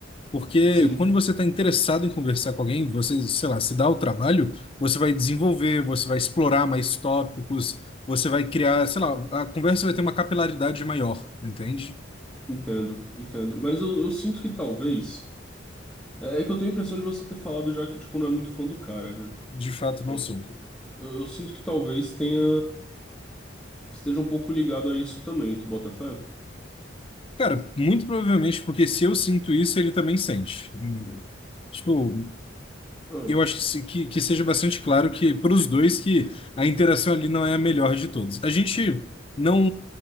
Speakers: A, on the left; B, in the centre.
A: Porque
B: Sim,
A: quando você está interessado em conversar com alguém, você, sei lá, se dá o trabalho, você vai desenvolver, você vai explorar mais tópicos, você vai criar, sei lá, a conversa vai ter uma capilaridade maior, entende?
B: entendo, entendo. Mas eu, eu sinto que talvez. É, é que eu tenho a impressão de você ter falado já que, tipo, não é muito fã do cara, né?
A: De fato, não
B: Eu,
A: sou.
B: eu, eu sinto que talvez tenha. Esteja um pouco ligado a isso também, tu bota fé?
A: Cara, muito provavelmente porque se eu sinto isso, ele também sente. Tipo,
B: Ah,
A: Eu acho que, se- que, que seja bastante claro que para os dois que a interação ali não é a melhor de todos. A gente não